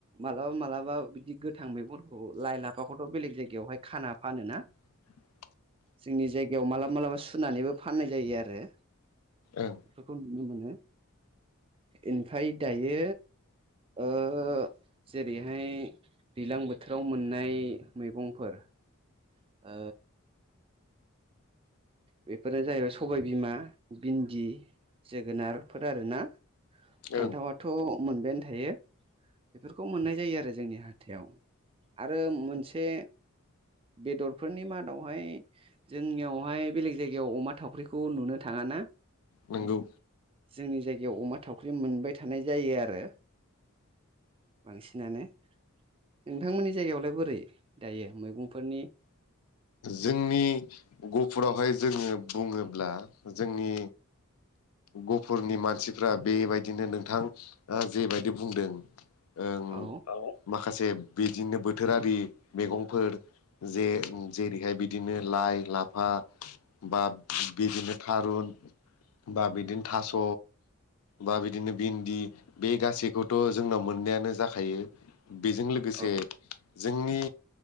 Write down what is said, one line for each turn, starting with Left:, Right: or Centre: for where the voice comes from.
Right: मालाबा मालाबा बिदि गो थां मैगुरखौ लाइ लाफाखौथ' बेलेग जायगायावहाय खाना फानो ना
Left: <inaudible>
Right: जोंनि जायगायाव मालाबा मालाबा सुनानैबो फाननाय जायो आरो
Left: ओ
Right: बेखौ नुनो मोनो ओमफ्राय दायो ओ जेरैहाय दैज्लां बोथोराव मोननाय मैगंफोर ओ बेफोरो जाहैबाय सबायबिमा भिन्दि जोगोनारफोर आरोना
Left: ओं
Right: फानथावाथ' मोनबायानो थायो बेफोरखौ मोननाय जायो आरो जोंनि हाथायाव आरो मोनसे बेदरफोरनि मादावहाय जोंनियावहाय बेलेग जायगायाव अमा थावख्रिखौ नुनो थाङा ना
Left: नोंगौ
Right: जोंनि जायगायाव अमा थावख्रि मोनबाय थानाय जायो आरो बांसिनानो नोंथांमोननि जायगायावलाय बोरै दायो मैगंफोरनि
Left: जोंनि गुफुरावहाय जोङो बुङोब्ला जोंनि गफुरनि मानसिफ्रा बेबायदिनो नोंथां जेबायदि बुंदों ओं
Right: औ
Left: आव आव माखासे बिदिनो बोथोरारि मैगंफोर जे जेरैहाय बिदिनो लाइ लाफा बा बिदिनो थारुन बा बिदिनो थास' बा बिदिनो भिन्दि बे गासैखौथ' जोंनाव मोननायानो जाखायो बेजों लोगोसे
Right: औ
Left: जोंनि